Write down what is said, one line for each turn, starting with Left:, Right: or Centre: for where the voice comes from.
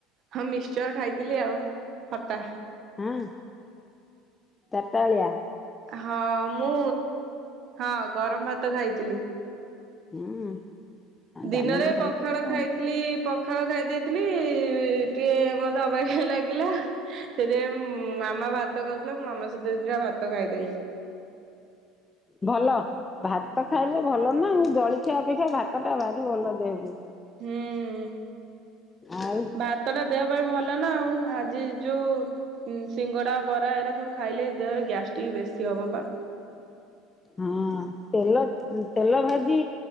Right: ହଁ ମିକ୍ସଚର ଖାଇଥିଲି ଆଉ ଖଟା।
Left: ହଁ ଚାରିଟା ଓଳିଆ
Right: ହଁ ମୁଁ ହଁ ଗରମ ଭାତ ଖାଇଥିଲି।
Left: ହୁଁ
Right: ଦିନରେ
Left: ଡାଲମା ଖାଇଥିଲୁ
Right: ପଖାଳ ଖାଇଥିଲି
Left: ଆଉ
Right: ପଖାଳ ଖାଇ ଦେଇଥି ଥିଲି ଟିକେ ମତେ ଅବାଗିଆ ଲାଗିଲା ସେଇଥିପାଇଁ ମାମା ଭାତ ଖାଉ ମାମା ସହିତ ଦିଟା ଭାତ ଖାଇଦେଲି।
Left: ଭଲ, ଭାତ ଖାଇଲେ ଭଲ ନା ଜଳଖିଆ ଅପେକ୍ଷା ଭାତ ଟା ଭାରି ଭଲ ଦେହକୁ।
Right: ହୁଁ।
Left: ଆଉ
Right: ଭାତ ଟା ଦେହ ପାଇଁ ଭଲ ନା ଆଉ ଆଜି ଯୋଉ ସିଙ୍ଗଡା ବରା ଏରା ସବୁ ଖାଇଲେ ଦେହରେ ଗ୍ୟାସଟିକ ବେଶୀ ହେବ ପା।
Left: ହଁ ତେଲ ତେଲ ଭାଜି